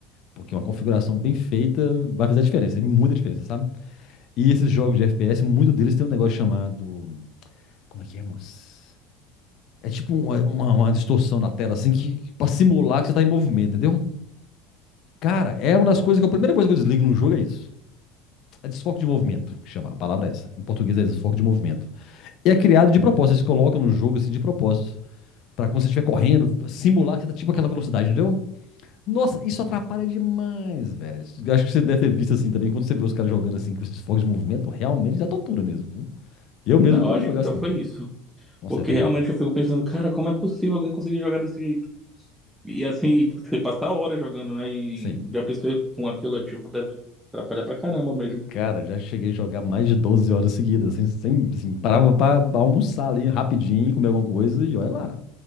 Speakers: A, on the left; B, in the centre.
A: Porque uma configuração bem feita vai fazer a diferença, e muita diferença, sabe? E esses jogos de FPS, muito deles tem um negócio chamado. Como é que é, moço? É tipo uma, uma, uma distorção na tela, assim, que, pra simular que você tá em movimento, entendeu? Cara, é uma das coisas que a primeira coisa que eu desligo num jogo é isso. É desfoque de movimento, que chama. A palavra é essa. Em português é desfoque de movimento. E é criado de propósito. Eles colocam no jogo assim de propósito. Pra quando você estiver correndo, simular que você tá tipo aquela velocidade, entendeu? Nossa, isso atrapalha demais, velho. Eu Acho que você deve ter visto assim também. Quando você vê os caras jogando assim com esses desfoques de movimento, realmente dá tontura mesmo, viu? Eu
B: Não,
A: mesmo não
B: eu
A: gosto
B: acho
A: de jogar
B: que então
A: assim,
B: foi
A: não.
B: isso.
A: Nossa,
B: Porque
A: é terrível.
B: realmente eu fico pensando, cara, como é possível alguém conseguir jogar desse jeito? E assim, você passar horas jogando, né? E
A: Sim.
B: já pensei com aquilo ativo deve atrapalhar pra caramba mesmo.
A: Cara, já cheguei a jogar mais de 12 horas seguidas, sem, sem assim, parava pra almoçar ali rapidinho, comer alguma coisa e olha lá.